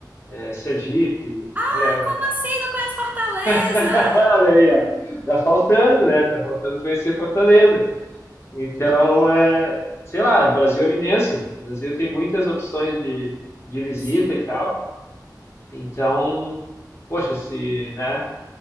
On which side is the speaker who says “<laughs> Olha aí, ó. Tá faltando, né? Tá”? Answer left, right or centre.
Left